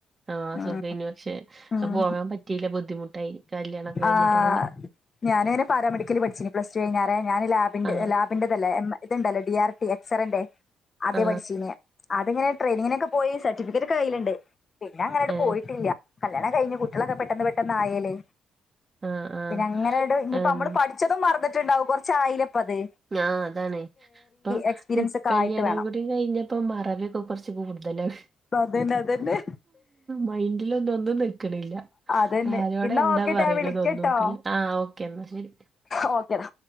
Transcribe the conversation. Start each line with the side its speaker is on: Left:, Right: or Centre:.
Right: ആഹ്
Left: ഉം
Right: സുഖയ്നി പക്ഷെ
Left: ആഹ്
Right: പോകാൻ പറ്റിയില്ല ബുദ്ധിമുട്ടായി കല്യാണൊക്കെ കഴിഞ്ഞപ്പോ
Left: ആഹ്
Right: അങ്ങനെ
Left: ഞാനിങ്ങനെ പാരാമെഡിക്കല് പഠ്ച്ചീനി പ്ലസ് ടു കഴിഞ്ഞാരെ ഞാന് ലാബിൻ്റെ
Right: ആ
Left: ലാബ് ൻ്റതല്ലേ ഇത്ണ്ടല്ലോ ഡി ആർ ടി എക്സറന്റെ ആദേ
Right: ആ
Left: പഠ്ച്ചീനിയെ അത്ങ്ങനെ ട്രെയിനിങ്ങിനൊക്കെ പോയി സർട്ടിഫിക്കറ്റൊക്കെ കയ്യില്ണ്ട് പിന്നെ അങ്ങനാണ്ട്
Right: ഏ
Left: പോയിട്ടില്ല കല്യാണം കഴിഞ്ഞ് കുട്ട്യാളൊക്കെ പെട്ടന്ന് പെട്ടന്ന് ആയേലെ
Right: ആ ആ
Left: പിന്നെ അങ്ങനേട് ഇഞ്ഞിപ്പോ
Right: ഉം.
Left: നമ്മള് പഠ്ച്ചതും മറന്നിട്ടുണ്ടാവും കൊറച്ചായിലപ്പത്
Right: ആഹ് അതാണ് ഇപ്പൊ
Left: എക്സ്പീരിയൻസ് ഒക്കെ
Right: കല്യാണം
Left: ആയിട്ട് വേണം
Right: കൂടി കഴിഞ്ഞപ്പോ മറവി ഒക്കെ കൊർച്ച് കൂട്തലാണ്
Left: അതന്നെ അതന്നെ
Right: മൈൻ്റിലൊന്നും ഒന്നും നിക്ക്ണില്ല
Left: അതന്നെ
Right: ആരോടാ
Left: എന്നാ
Right: എന്താ
Left: ഓക്കെട്ടോ
Right: പറയ്ണൊന്നും
Left: ഞാൻ വിളിക്കട്ടോ
Right: ഓക്കല്ലേ ആഹ് ഓക്കെ എന്നാ ശെരി
Left: ഓക്കേടാ